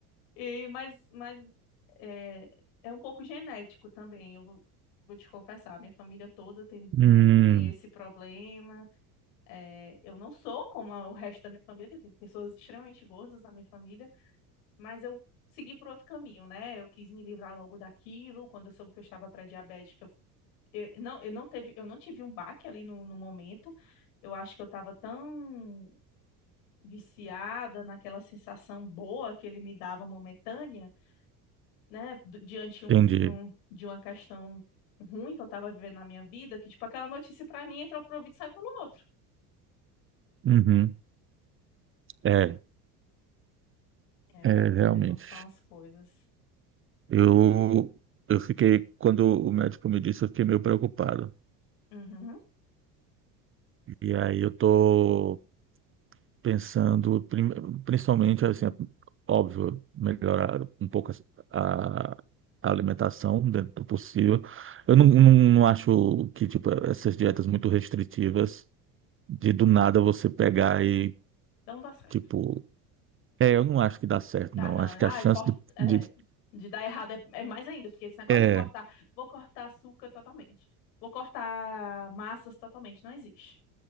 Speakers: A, on the left; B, on the right.
A: E, mas mas é, é um pouco genético também, eu vou, vou te confessar. Minha família toda tem,
B: Hum,
A: tem, tem esse problema. É, eu não sou como a- o resto da minha família, que tem pessoas extremamente gordas na minha família, mas eu segui por outro caminho, né? Eu quis me livrar logo daquilo. Quando eu soube que eu estava pré-diabética, eu eu não, eu não teve, eu não tive um baque ali no, no momento. Eu acho que eu estava tão viciada naquela sensação boa que ele me dava momentânea, né? do- Diante um,
B: entendi.
A: de um, de uma questão ruim que eu estava vivendo na minha vida, que tipo aquela notícia para mim entra por um ouvido e sai pelo outro.
B: Uhum. É,
A: É,
B: é
A: para tu
B: realmente.
A: ver como são as coisas.
B: Eu eu fiquei quando o médico me disse, eu fiquei meio preocupado.
A: Uhum.
B: E aí eu tô pensando prim- principalmente assim, é óbvio, melhorar um pouco a, a alimentação dentro do possível. Eu não, não, não acho que tipo essas dietas muito restritivas de do nada você pegar e
A: Não dá certo.
B: tipo, é, eu não acho que dá certo,
A: Dá
B: não.
A: não.
B: Acho
A: Ai,
B: que a chance
A: corta.
B: de,
A: é,
B: de-
A: de dar errado é, é mais ainda, porque esse negócio
B: é,
A: de cortar. Vou cortar açúcar totalmente. Vou cortar massas totalmente. Não existe.